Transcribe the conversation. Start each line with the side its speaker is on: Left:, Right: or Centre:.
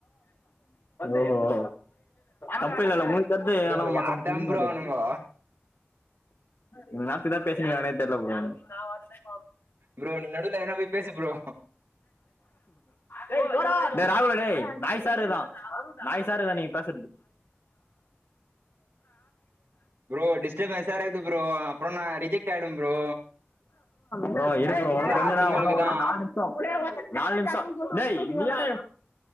Left: ஓ ஓ தப்பு இல்லல்ல உன்க்கு தெரிது
Right: ப்ரோ
Left: ஆனா மத்தவங்களுக்கு
Right: யார்தா
Left: தெரிய
Right: ப்ரோ
Left: மாட்டுது
Right: அவனுங்கோ
Left: இன்னேர்த்துக்கு எதா பேசுனீங்களானே தெர்ல ப்ரோ நா வரலபா
Right: ப்ரோ நீ நடுவ்ல எதுனா போய் பேசு ப்ரோ
Left: டேய் ராகுல் டேய் நாய்ஸா இருக்குதா நாய்ஸா இருக்குதா நீ பேஸ்
Right: ப்ரோ டிஸ்டபனெஸா இருக்குது ப்ரோ அப்றோ நா ரிஜெக்ட் ஆய்டும் ப்ரோ
Left: ப்ரோ இரு ப்ரோ இன்னு
Right: லாஸ்
Left: கொஞ்சந்தா
Right: உங்களுக்கு
Left: இன்னு ஒரு
Right: தா
Left: நால் நிம் நால் நிம்ஷொ டேய்